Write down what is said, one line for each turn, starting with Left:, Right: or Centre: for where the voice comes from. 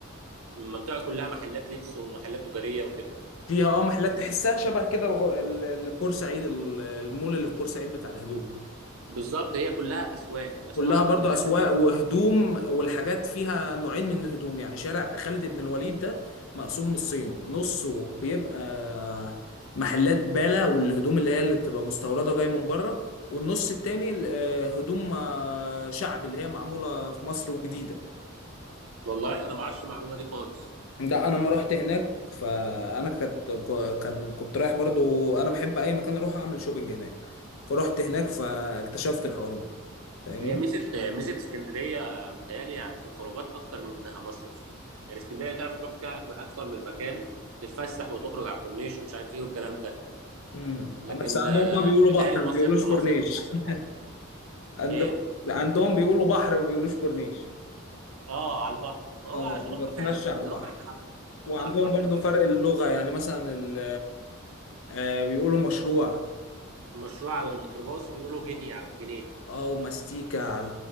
Right: المنطقه كلها محلات لبس ومحلات تجاريه وكده
Left: فيها اه محلات تحسها شبه كده الغ- ال- ال- بورسعيد ال- المول اللي في بورسعيد بتاع الهدوم
Right: بالظبط هي كلها اسواق اسواق
Left: كلها
Right: بقى
Left: برضو
Right: ومحلات
Left: أسواق
Right: لبس
Left: وهدوم والحاجات فيها نوعين من الهدوم يعني شارع خالد بن الوليد ده مقسوم نصين نصه بيبقى محلات بالا والهدوم اللي هي اللي بتبقى مستوردة جاية من بره والنص التاني ال- آه، هدوم آه، شعبي اللي هي معمولة في مصر وجديدة
Right: والله انا ما اعرفش المعلومه دي خالص
Left: ده انا لما رحت هناك فانا كنت كان كنت رايح برضو انا بحب اي مكان اروح اعمل شوبينج هناك فرحت هناك فاكتشفت الحوار ده فاهمني
Right: هي ميزه ميزه اسكندريه متهيألي في الخروجات اكتر من انها مصيف يعني اسكندريه تعرف تروح فيها اكتر من مكان تتفسح وتخرج على الكورنيش ومش عارف ايه والكلام ده
Left: امم
Right: لكن
Left: بس عندهم
Right: آه،
Left: بقى بيقولوا
Right: متهيألي
Left: بحر
Right: المصيف
Left: ما بيقولوش
Right: كمصيف
Left: كورنيش
Right: مش احسن حاجه
Left: <laughs> عندهم
Right: ايه
Left: عندهم بيقولوا بحر ما بيقولوش كورنيش
Right: اه على البحر ما هو
Left: اه
Right: عشان
Left: وبتمشى
Right: هم فعلا
Left: على
Right: هم
Left: البحر
Right: احنا على-
Left: وعندهم
Right: هم على البحر
Left: برضو
Right: فعلا
Left: فرق اللغة يعني مثلا ال- آه بيقولوا مشروع
Right: المشروع على الميكروباص وبيقولوا جنيه على الجنيه
Left: او ماستيكا على